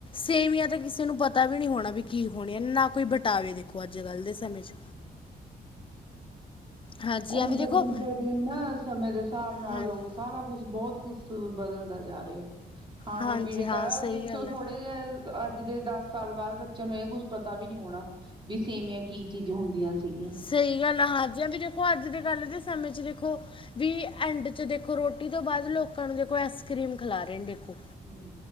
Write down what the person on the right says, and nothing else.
ਹੁਣ
ਤਾਂ
ਦਿਨ ਪਰ ਦਿਨ ਨਾ <inaudible> ਸਮੇਂ ਦੇ ਸਾਬ ਨਾਲ
ਲੋਕ ਸਾਰਾ ਕੁਛ ਬਹੁਤ ਕੁਛ ਬਦਲਦਾ ਜਾ ਰੇਯਾ। ਖਾਣੇ
ਪੀਣੇ
ਦਾ
ਦੇਖਿਓ
ਥੋੜੇ
ਅ ਅੱਜ ਦੇ ਦਸ ਸਾਲ ਬਾਦ ਬੱਚਿਆਂ ਨੂੰ ਇਹ ਕੁੱਝ ਪਤਾ ਵੀ ਨੀ ਹੋਣਾ ਵੀ ਸੇਮਿਆ ਕੀ ਚੀਜ ਹੁੰਦੀਆਂ ਸੀਗੀਆਂ।
ਹਮ